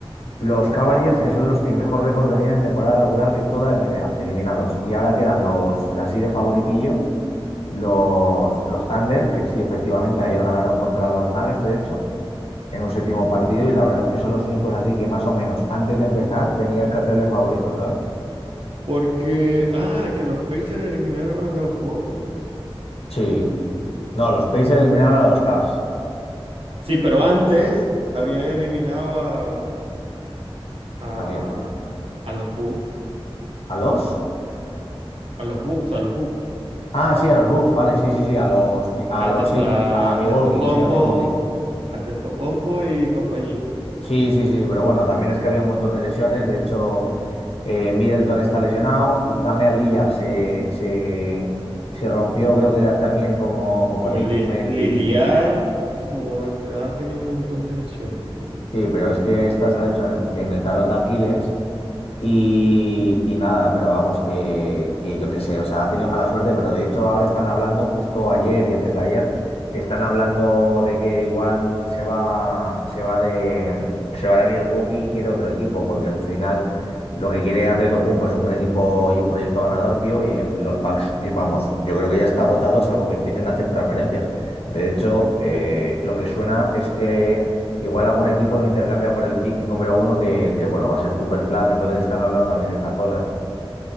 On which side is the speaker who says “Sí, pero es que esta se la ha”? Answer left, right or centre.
Left